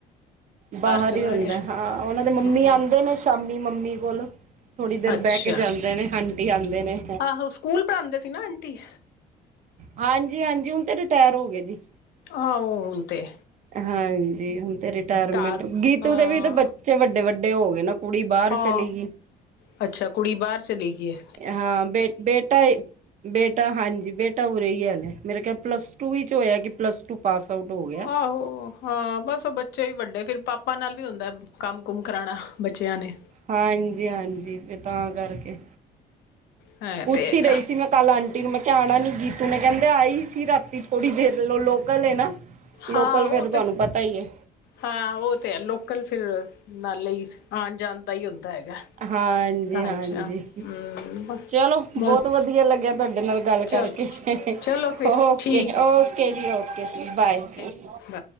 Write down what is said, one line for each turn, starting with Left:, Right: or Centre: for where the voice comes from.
Right: ਬਾਹਰ
Left: ਚਲਾ
Right: ਹੀ ਹੁੰਦਾ
Left: ਗਿਆ
Right: ਹਾਂ ਉਹਨਾਂ ਦੇ ਮੰਮੀ
Left: ਹਮ
Right: ਆਂਦੇ ਨੇ ਸ਼ਾਮੀ ਮੰਮੀ ਕੋਲ। ਥੋੜ੍ਹੀ ਦੇਰ
Left: ਅੱਛਾ
Right: ਬਹਿ ਕੇ ਜਾਂਦੇ ਨੇ ਹੰਟੀ ਆਦੇ ਨੇ।
Left: ਆਹੋ ਸਕੂਲ ਪੜ੍ਹਾਦੇ ਸੀ ਨਾ ਆਂਟੀ।
Right: ਹਾਂਜੀ-ਹਾਂਜੀ ਹੁਣ ਤੇ ਰਿਟਾਇਰ ਹੋ ਗੇ ਜੀ।
Left: ਆਓ ਹੁਣ ਤੇ।
Right: ਹਾਂਜੀ ਹੁਣ ਤੇ ਰਿਟਾਇਰਮੈਂਟ
Left: ਘਰ
Right: ਗੀਤੂ
Left: ਹਾਂ
Right: ਦੇ ਵੀ ਤੇ ਬ ਚੇ ਵੱਡੇ-ਵੱਡੇ ਹੋ ਗੇ ਨਾ ਕੁੜੀ ਬਾਰ
Left: ਹਾਂ
Right: ਚਲੀ ਗੀ।
Left: ਅੱਛਾ ਕੁੜੀ ਬਾਰ ਚਲੀ ਗੀ ਏ।
Right: ਹਾਂ ਬੇ ਬੇਟਾ ਬੇਟਾ ਹਾਂਜੀ ਬੇਟਾ ਉਰੇ ਹੀ ਹੈ ਹੱਲੇ ਮੇਰੇ ਖਿਆ ਪਲੱਸ ਟੂ ਹੋਇਆ ਕਿ ਪਲੱਸ ਟੂ ਪਾਸ ਆਊਟ ਹੋ ਗਿਆ।
Left: ਆਹੋ ਹਾਂ ਬਸ ਉਹ ਬੱਚੇ ਵੀ ਵੱਡੇ ਫੇਰ ਪਾਪਾ ਨਾਲ ਵੀ ਹੁੰਦਾ ਕੰਮ ਕੁਮ ਕਰਾਣਾ। ਬਚਿਆਂ ਨੇ।
Right: ਹਾਂਜੀ-ਹਾਂਜੀ ਤੇ ਤਾਂ ਕਰਕੇ,
Left: ਹਾਂ ਤੇ
Right: ਉੱਛ
Left: ਹੈਗਾ
Right: ਹੀ ਰਹੀ ਸੀ ਮੈਂ ਕੱਲ ਆਂਟੀ ਨੂੰ ਮੈਂ ਕਿਹਾ ਆਣਾ ਨੀ ਗੀਤੂ ਨੇ ਕਹਿੰਦੇ ਆਈ ਸੀ ਰਾਤੀ ਥੋੜੀ ਦੇਰ ਲੋ ਲੋਕਲ ਏ ਨਾ। ਲੋਕਲ
Left: ਹਾਂ ਉਹ
Right: ਫੇਰ ਤੁਹਾਨੂੰ
Left: ਤੇ,
Right: ਪਤਾ ਹੀ ਹੈ
Left: ਹਾਂ ਉਹ ਤੇ ਹੈ ਲੋਕਲ ਫੇਰ ਨਾਲੇ ਹੀ ਆਣ ਜਾਣ ਦਾ ਹੀ ਹੁੰਦਾ ਹੈਗਾ।
Right: ਹਾਂਜੀ-ਹਾਂਜੀ
Left: ਟਾਈਮ ਸਿਰ ਹਮ
Right: ਚਲੋ
Left: ਬਸ
Right: ਬੌਤ ਵਧੀਆ ਲੱਗਿਆ ਤੁਹਾਡੇ ਨਾਲ ਗੱਲ
Left: ਚਲੋ
Right: ਕਰਕੇ।
Left: ਚਲੋ ਫਿਰ
Right: ਓਕੇ,
Left: ਠੀਕ
Right: ਓਕੇ ਜੀ-ਓਕੇ ਜੀ ਬਾਏ।
Left: ਬ